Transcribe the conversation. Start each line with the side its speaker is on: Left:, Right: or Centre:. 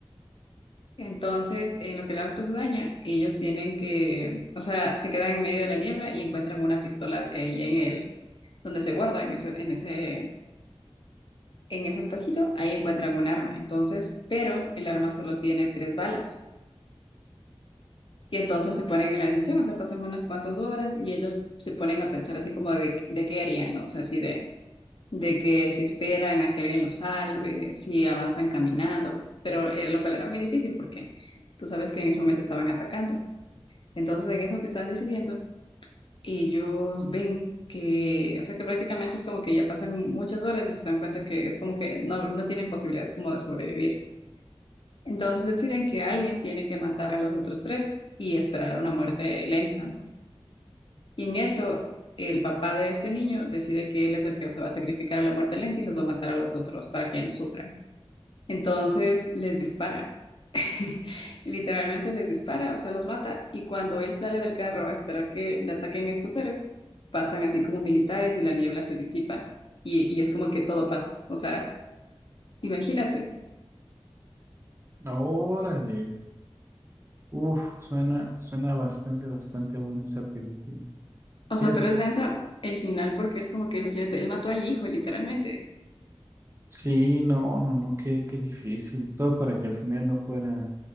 Left: Entonces, en lo que el auto se daña, ellos tienen que, o sea, se quedan en medio de la niebla y encuentran una pistola ahí en el, donde se guarda, en ese, en ese, en ese espacito, ahí encuentran un arma. Entonces, pero el arma solo tiene tres balas. Y entonces se ponen en la decisión, o sea, pasan unas cuantas horas y ellos se ponen a pensar así como de, de qué harían, ¿no? O sea, así de de que si esperan a que alguien los salve, si avanzan caminando, pero eh, lo cual era muy difícil porque tú sabes que en ese momento estaban atacando. Entonces, en eso que están decidiendo, ellos ven que, o sea, que prácticamente es como que ya pasan muchas horas y se dan cuenta que es como que no, no tienen posibilidades como de sobrevivir. Entonces deciden que alguien tiene que matar a los otros tres y esperar una muerte lenta, ¿no? Y en eso, el papá de este niño decide que él es el que se va a sacrificar a la muerte lenta y los va a matar a los otros para que ya no sufran. Entonces les dispara, <laughs> literalmente les dispara, o sea, los mata. Y cuando él sale del carro a esperar que le ataquen estos seres, pasan así como militares y la niebla se disipa. Y, y es como que todo pasa. O sea, imagínate.
Right: Órale. Uf, suena, suena bastante, bastante buena esa película.
Left: O
Right: Fíjate.
Left: sea, pero es densa el final porque es como que, imagínate, él mató al hijo, literalmente.
Right: Sí, no, no, no, qué, qué difícil. Todo para que al final no fuera